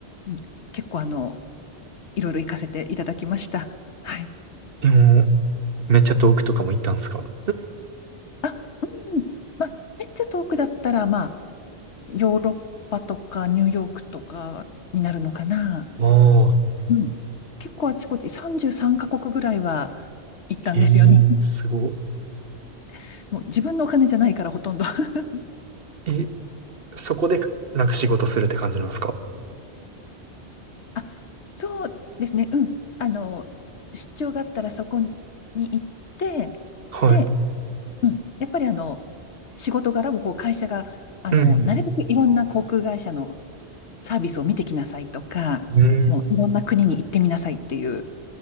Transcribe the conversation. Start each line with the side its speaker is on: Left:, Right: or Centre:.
Left: うん結構、あの、いろいろ行かせていただきました。はい。
Right: でも、めっちゃ遠くとかも行ったんですか
Left: あ、うん。まあ、めっちゃ遠くだったら、まあ、ヨーロッパとか、ニューヨークとかになるのかな。
Right: ああ、
Left: うん。結構あちこち33カ国ぐらいは行ったんですよね。
Right: ええ、すご
Left: <laughs> もう自分のお金じゃないからほとんど <laughs>
Right: い。え、そこで、なんか仕事するって感じなんですか
Left: あ、そうですね。うん。あの、出張があったらそこに行って、
Right: はい。
Left: で、うん。やっぱりあの、仕事柄もこう会社が、あの、
Right: うん。
Left: なるべくいろんな航空会社のサービスを見てきなさいとか、
Right: うん。うん
Left: もういろんな国に行ってみなさいっていう、